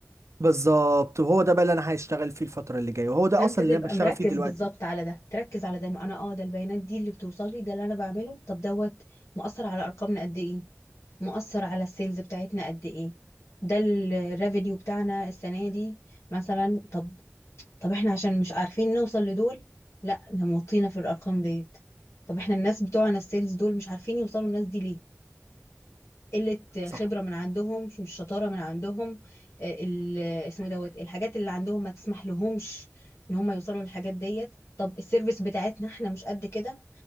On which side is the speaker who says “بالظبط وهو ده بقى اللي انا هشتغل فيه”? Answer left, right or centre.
Right